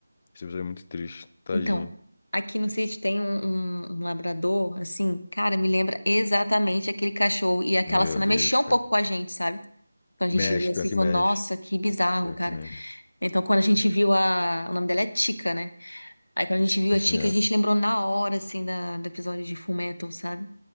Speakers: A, on the left; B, on the left.
A: Esse episódio é muito triste, tadinho.
B: Então, aqui no sítio tem um, um, um labrador, assim, cara, me lembra exatamente aquele cachorro. E aquela
A: Meu
B: cena
A: Deus,
B: mexeu um
A: cara.
B: pouco com a gente, sabe? Então a gente
A: Mexe,
B: viu assim
A: pior
B: e
A: que
B: falou,
A: mexe.
B: nossa, que bizarro,
A: Pior
B: cara.
A: que mexe.
B: Então quando a gente viu a... O nome dela é Tica, né? Aí quando a gente viu
A: <laughs>
B: a Tica,
A: É.
B: a gente lembrou na hora, assim, da... do episódio de Fullmetal, sabe?